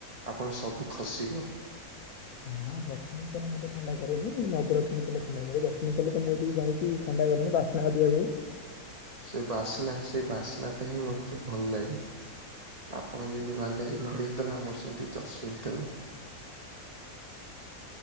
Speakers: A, on the right; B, on the left.
A: ଆପଣ ସବୁ ଖସିବ।
B: ନା ଜସ୍ମିନ ତେଲମୁଣ୍ଡ ଥଣ୍ଡା କରେନି ନବରତ୍ନ ତେଲ ଥଣ୍ଡାକରେ ଯସ୍ମିନ୍ ତେଲ ତ ମୁଁ ଏତିକି ଜାଣିଛି ଥଣ୍ଡା କରେନି ବାସ୍ନା ନାହା ଜିବା ବେଳେ ବେଳେ।
A: ସେ ବାସ୍ନା ସେ ବାସ୍ନା ଟା ହିଁ ମତେ ଭଲ ଲାଗେ। ଆପଣ ଯେମିତି ବାଲାଜୀ ନଡିଆ ତେଲ ଆମର ସେମତି ଯସ୍ମିନ ତେଲ।